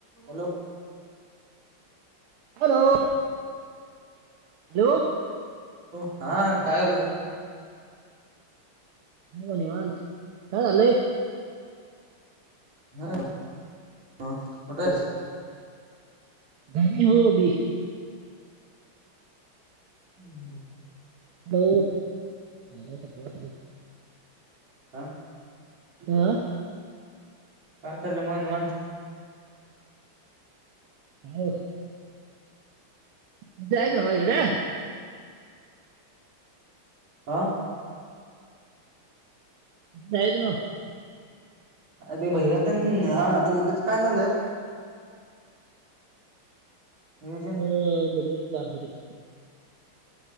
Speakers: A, on the right; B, on the right.
A: Hello.
B: Hello hello.
A: हां. हा काय करालायस.
B: हो निवांत, काय झालय.
A: हं. ह कुठे आहेस.
B: घर मे हो अभी.
A: हम्म.
B: हॅलो <unintelligible>
A: हां.
B: आ..
A: काय चाललंय मग निवांत?
B: हां. उद्या हायस नवं इकडं.
A: हां.
B: जायचं नवं.
A: अर ते भैया ते हां.. उद्याचं काय झालंय. नियोजन?
B: ह बघर का होते.